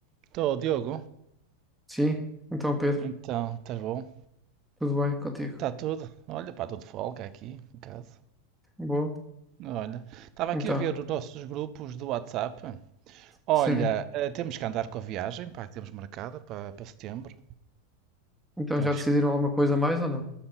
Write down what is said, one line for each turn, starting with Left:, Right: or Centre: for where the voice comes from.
Right: Estou, Diogo.
Centre: Sim, então Pedro,
Right: Então, estás bom?
Centre: tudo bem contigo?
Right: Está tudo? Olha, pá, estou de folga aqui em casa.
Centre: Boa.
Right: Olha, estava aqui
Centre: Então,
Right: a ver os nossos grupos do WhatsApp. Olha,
Centre: sim.
Right: eh, temos que andar com a viagem, pá, que temos marcada para para setembro.
Centre: Então
Right: Temos
Centre: já decidiram
Right: que-
Centre: alguma coisa a mais ou não?